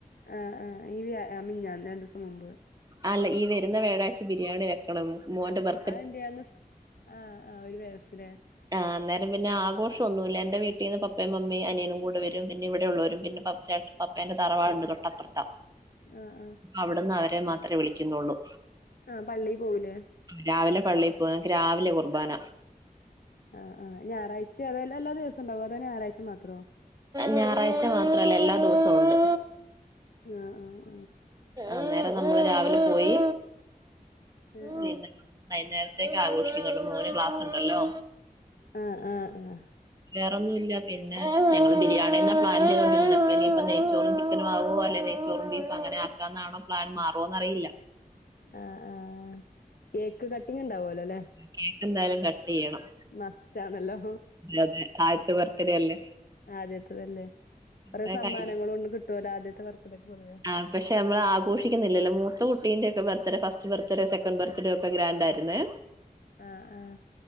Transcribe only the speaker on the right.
അല്ല ഈ വരുന്ന വ്യാഴാഴ്ച ബിരിയാണി വെക്കണം മോന്റെ ബെർ
ആഹ് അന്നേരം പിന്ന ആഘോഷം ഒന്നുമില്ല എന്റെ വീട്ടീന്ന് പപ്പേം മമ്മീം അനിയനും കൂടെ വരും പിന്ന ഇവിടെ ഉള്ളവരും പിന്ന പപ്പച്ചാ പേപ്പേന്റെ തറവാടോണ്ട്‌ തൊട്ടപ്പറത്താ
അവിടുന്ന് അവരെ മാത്രേ വിളിക്കുന്നൊള്ളൂ
രാവിലെ പള്ളി പോകും ങ്ങക്ക് രാവിലെ കുർബാന
ഞായറാഴ്ച മാത്രല്ല എല്ലാ ദെവസോം ഒണ്ട്
അന്നേരം നമ്മള് രാവിലെ പോയി
പിന്ന വൈന്നേരം തക്കെ ആഘോഷിക്കുന്നുള്ളു മോന് ക്ലാസ് ഒണ്ടല്ലോ
വേറൊന്നും ഇല്ല. പിന്ന ഞങ്ങള് ബിരിയാണിന്ന് പ്ലാൻ ചെയ്തൊണ്ടിരുന്നെ ഇനിപ്പ നെയ്ച്ചോറും ചിക്കൻ ആകോ അല്ലെ ചോറും ബീഫ് അങ്ങനെ ആക്കാന്നാണ്‌ പ്ലാൻ മാറോന്ന് അറിയില്ല
കേക്ക് എന്തായാലും കട്ട് ചെയ്യണം
അതെ ആദ്യത്തെ ബർത്ത്ഡേ അല്ലേ
അത്
കഴിഞ്ഞു
ആ പക്ഷെ നമ്മൾ ആഘോഷിക്കുന്നില്ലല്ലോ, മൂത്ത കുട്ടീന്റെ ഒക്കെ birthday first birthday, second birthday ഒക്കെ ഗ്രാന്റ് ആരുന്നെ